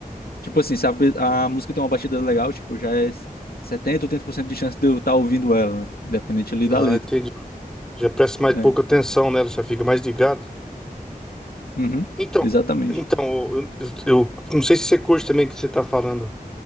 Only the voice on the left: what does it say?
tipo assim, se a, pe- a música tem uma batida legal, tipo, já é setenta, oitenta por cento de chance de eu estar ouvindo ela, né? Independente ali
da letra.
É.
Uhum.
Exatamente.